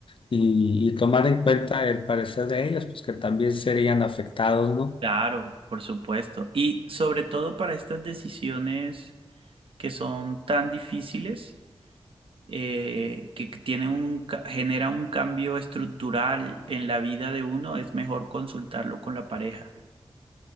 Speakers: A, on the left; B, on the right.
A: y, y tomar en cuenta el parecer de ellos, pues que también serían afectados, ¿no?
B: Claro, por supuesto. Y sobre todo para estas decisiones que son tan difíciles, eh, que que tienen un, ca- genera un cambio estructural en la vida de uno, es mejor consultarlo con la pareja.